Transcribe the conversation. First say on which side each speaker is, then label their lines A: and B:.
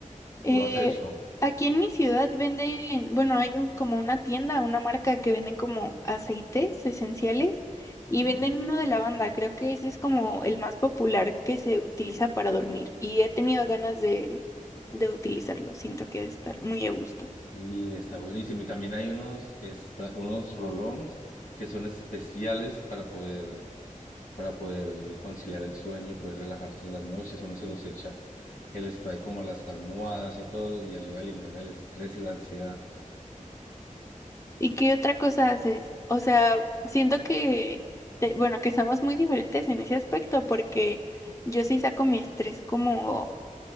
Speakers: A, on the left; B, on the left.
A: Eh,
B: ¿Lo has hecho?
A: aquí en mi ciudad venden, bueno, hay un, como una tienda, una marca que venden como aceites esenciales y
B: Sí.
A: venden uno de lavanda. Creo que ese es como el más popular que se utiliza para dormir y he tenido ganas de, de utilizarlo. Siento que ha de estar muy a gusto.
B: Sí, está buenísimo. Y también hay unos, espra- unos rolons que son especiales para poder para poder conciliar el sueño y poder relajarse en las noches. Uno se los echa el spray como a las almohadas y todo y ayuda a eliminar el estrés y la ansiedad.
A: ¿Y qué otra cosa haces? O sea, siento que, te- bueno, que somos muy diferentes en ese aspecto porque yo sí saco mi estrés como